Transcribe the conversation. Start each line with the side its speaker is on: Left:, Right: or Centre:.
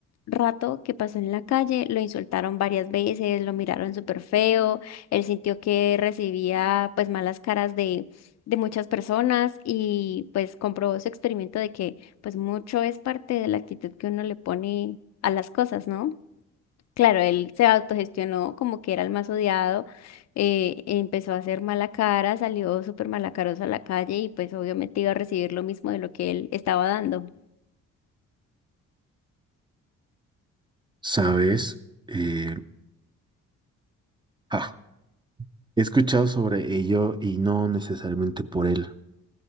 Left: rato que pasó en la calle, lo insultaron varias veces, lo miraron súper feo, él sintió que recibía pues malas caras de, de muchas personas y pues comprobó su experimento de que pues mucho es parte de la actitud que uno le pone a las cosas, ¿no? Claro, él se autogestionó como que era el más odiado, eh, empezó a hacer mala cara, salió súper malacaroso a la calle y pues obviamente iba a recibir lo mismo de lo que él estaba dando.
Right: ¿Sabes? Eh, ah, he escuchado sobre ello y no necesariamente por él,